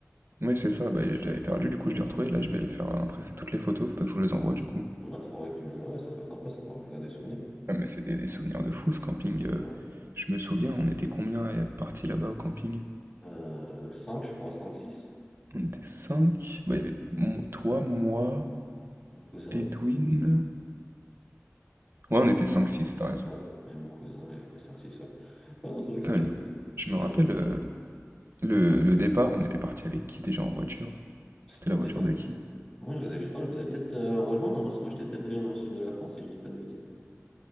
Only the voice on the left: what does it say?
Ouais, faudrait que tu me les envoies, ça serait sympa, ça me rappellera des souvenirs.
Ouais.
Euh, 5, je crois, 5 six
Mon cousin.
Ouais,
Ouais, et mon cousin, et ouais, 5, 6, ouais. Ouais, non, c'est vrai que
c'est...
C'était
très sympa.
Dis-moi.
Mais
t'es parti-
Moi, je, vous ai- je crois que je vous ai peut-être euh, rejoint, non? Parce que moi, j'étais peut-être déjà dans le sud de la France, si je dis pas de bêtises.